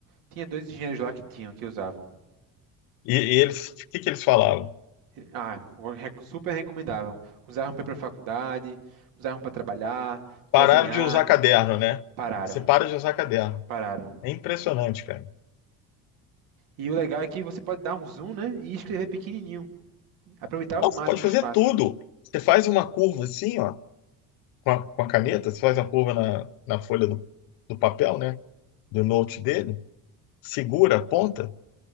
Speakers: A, on the right (about 70°); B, on the left (about 75°).
A: Tinha dois engenheiros lá que tinham, que usavam.
B: E, e eles, o que que eles falavam?
A: Ah, re- super recomendavam. Usavam para ir para faculdade, usavam para trabalhar, desenhar.
B: Pararam de usar caderno, né?
A: Pararam,
B: Você para de usar caderno.
A: pararam.
B: É impressionante, cara.
A: E o legal é que você pode dar um zoom, né? E escrever pequenininho. Aproveitar o
B: Não,
A: máximo
B: você pode fazer
A: o espaço.
B: tudo. Você faz uma curva assim, ó, com a, com a caneta, você faz uma curva na, na folha do, do papel, né? Do note dele, segura a ponta,